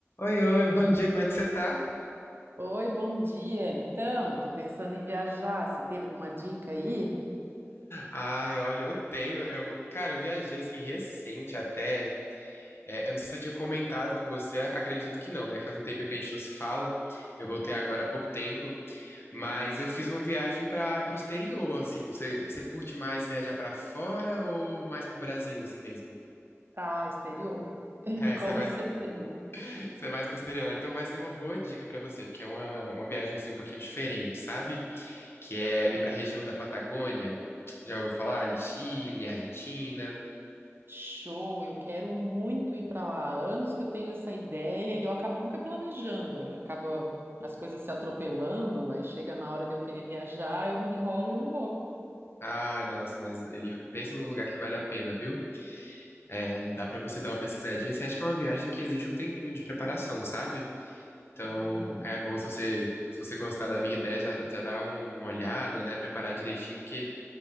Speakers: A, on the left (about 55°); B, on the right (about 50°).
A: Oi, oi, bom dia, como é que você tá?
B: Oi, bom dia. Então, tô pensando em viajar. Você tem alguma dica aí?
A: Ai, olha, eu tenho, eu, cara, eu viajei assim recente até. é, eu não sei se eu tinha comentado com você, a- acredito que não, né? Faz um tempinho que a gente não se fala. Eu voltei agora há pouco tempo, mas eu fiz uma viagem para pro exterior, assim. Você, você curte mais viajar para fora ou mais pro Brasil, assim mesmo?
B: Pra exterior? <laughs>
A: É,
B: Com
A: você é mais,
B: certeza.
A: <laughs> você é mais pro exterior, né? Então vai ser uma boa dica para você, porque é uma, uma viagem assim um pouquinho diferente, sabe? que é ali para a região da Patagônia. Já ouviu falar? Ali Chile, Argentina.
B: Show, eu quero muito ir para lá. Há anos que eu tenho essa ideia e eu acabo nunca planejando. Eu- Acaba as coisas se atropelando, aí chega na hora de eu querer viajar, eu me enrolo e não vou.
A: Ai, nossa, mas ele pensa num lugar que vale a pena, viu? É, dá para você dar uma pesquisadinha. Você acha que é uma viagem que exige um tempinho de preparação, sabe? Então,
B: Hum.
A: é bom se você, se você gostar da minha ideia, já, já dá um- uma olhada, né? Preparar direitinho, porque